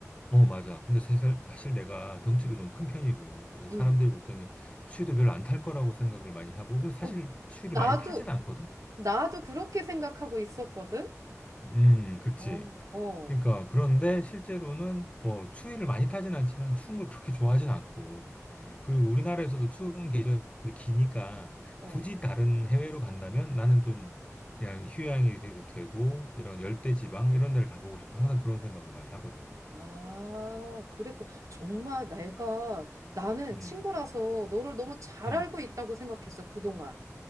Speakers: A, on the left; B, on the right.
A: 어, 맞아. 근데 세살- 사실 내가 덩치도
B: 음,
A: 좀 큰 편이고, 그래서
B: 음.
A: 사람들이 볼 때는 추위도 별로 안 탈 거라고 생각을 많이 하고, 그리고 사실
B: 어,
A: 추위를
B: 나도,
A: 많이 타진 않거든?
B: 나도 그렇게 생각하고 있었거든?
A: 음, 그렇지.
B: 어, 어.
A: 그러니까 그런데 실제로는 뭐 추위를 많이 타진 않지만 추운 걸 그렇게 좋아하진 않고
B: 아,
A: 그리고 우리나라에서도 추운 계절이 기니까
B: 어.
A: 굳이 다른 해외로 간다면 나는 좀 그냥 휴양이 되- 되고 이런 열대 지방 이런 데를 가보고 싶다 항상 그런 생각을 많이 하거든.
B: 아, 그랬고. 정말 내가, 나는
A: 음,
B: 친구라서 너를 너무 잘
A: 음,
B: 알고 있다고 생각했어, 그동안.